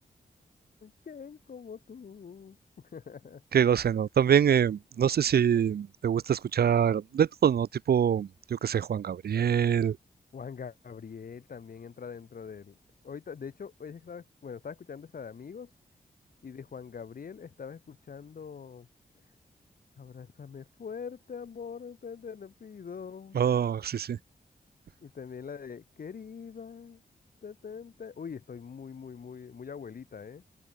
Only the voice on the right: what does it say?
Qué no También, eh, no sé si te gusta escuchar de todo, ¿no? Tipo, yo qué sé, Juan Gabriel.
Oh, sí, sí.